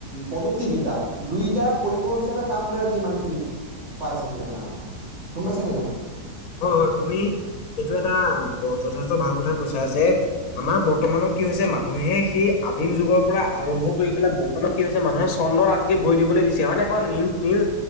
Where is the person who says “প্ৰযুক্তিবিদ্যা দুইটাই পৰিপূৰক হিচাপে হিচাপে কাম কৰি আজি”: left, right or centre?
Right